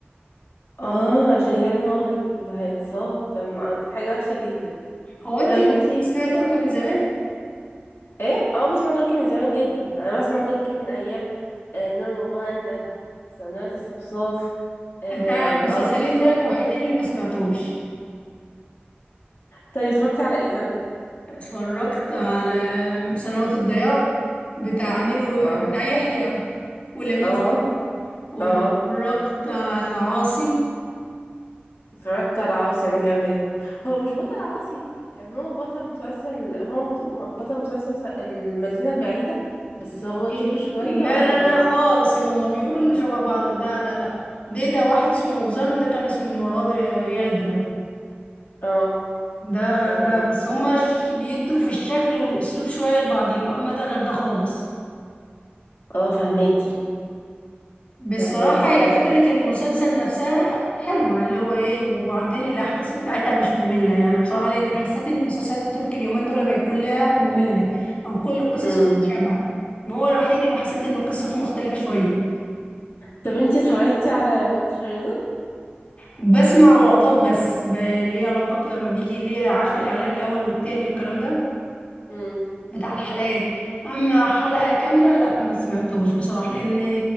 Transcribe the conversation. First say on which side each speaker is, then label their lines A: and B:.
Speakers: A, on the left; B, on the left.
A: اه جيهان هو اللي هيتصاب طب ما دي حاجة وحشة جدا
B: هو انت
A: طب انتي
B: اسمها تركي من زمان
A: ايه اه بسمع تركي من زمان جدا انا بسمع تركي من ايام آه نور ومهند سنوات الصفصاف آه
B: انت المسلسلين
A: او الاراكم الساقطة
B: دول الوحيدين اللي ما سمعتهمش
A: طيب اتفرجتي على ايه زمان
B: اتفرجت على سنوات الضياع بتاع امير و...
A: اه
B: بتاع يحيى ولميس
A: اه
B: واتفرجت
A: اه
B: على عاصي
A: اتفرجت على عاصي انا كمان هو مش بطل عاصي كان هو بطل مسلسل هو مس- بطل مسلسل س- المدينة البعيدة بس هو
B: إيه؟
A: كبر شوية
B: لا
A: ولا
B: لا لا
A: ايه
B: خالص يا هما بيقولوا انه شبه بعض ده لا لا ده ده واحد اسمه وزان وده كان اسمه مراد يلدرم
A: اه
B: ده غير
A: اه اه
B: ده بس هما ش- بيدوا في الشكل والاسلوب شوية لبعضهم اما ده غير ده خالص
A: اه فهماكي
B: بصراحة
A: فهمك
B: هي
A: يابا
B: فكرة المسلسل نفسها حلوة اللي هو ايه وبعدين الأحداث بتاعتها مش مملة يعني بصراحة لأن حسيت إن المسلسلات التركي اليومين دول بقت كلها مملة أو كل القصص
A: امم
B: متشابهة وهو الوحيد اللي حسيت إن قصته مختلفة شوية
A: طب انتي اتفرجتي على متشردون
B: بسمع لقطات بس ب- اللي هي لقطات لما بيجي اللي هي عارفة الإعلان الأول والتاني والكلام ده
A: امم
B: بتاع الحلقات أما حلقة كاملة لا ما سمعتوش بصراحة لأن